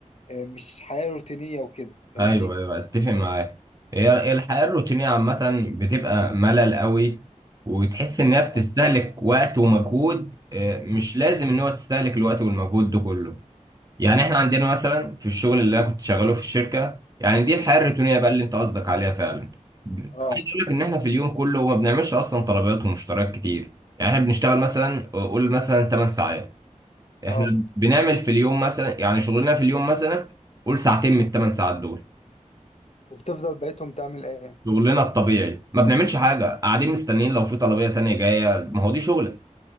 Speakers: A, on the left (about 55°); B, on the right (about 30°).
A: آه مش حياة روتينية وكده فاهمني؟
B: ايوه ايوه اتفق معاك هي الحياه الروتينيه عامه بتبقى ملل قوي وتحس انها بتستهلك
A: اه
B: وقت ومجهود آه، مش لازم ان هو تستهلك الوقت والمجهود ده كله يعني احنا عندنا مثلا في الشغل اللي انا كنت شغاله في الشركه يعني دي الحياه الروتينيه بقى اللي انت قصدك عليها فعلا
A: اه
B: عايز اقول لك ان احنا في اليوم كله ما بنعملش اصلا طلبات ومشتريات كتير يعني احنا بنشتغل
A: مم.
B: مثلا قول مثلا 8 ساعات
A: اه
B: احنا بنعمل في اليوم مثلا يعني شغلنا في اليوم مثلا قول ساعتين من الثمان ساعات دول
A: وبتفضل بقيتهم تعمل ايه
B: شغلنا الطبيعي ما بنعملش حاجه قاعدين مستنيين لو في طلبيه تانية جايه ما هو دي شغلك